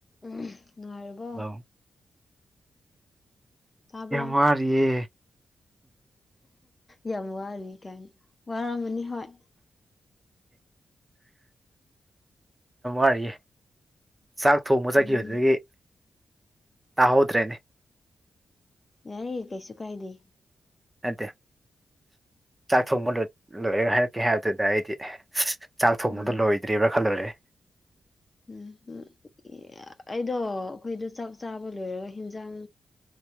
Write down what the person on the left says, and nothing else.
ꯎꯝ ꯉꯅꯨꯡꯉꯥꯏꯔꯕꯣ
ꯇꯥꯕ꯭ꯔꯣ
ꯌꯥꯝ ꯋꯥꯔꯤ ꯀꯥꯏꯅ ꯋꯥꯔꯝꯃꯅꯤ ꯍꯣꯏ
ꯎꯝ
ꯌꯥꯏ ꯀꯩꯁꯨ ꯀꯥꯏꯗꯦ
ꯎꯝ
ꯎꯝ ꯎꯝ ꯑꯩꯗꯣ ꯑꯩꯈꯣꯏꯗꯣ ꯆꯥꯛ ꯆꯥꯕ ꯂꯣꯏꯔꯒ ꯍꯤꯟꯖꯥꯡ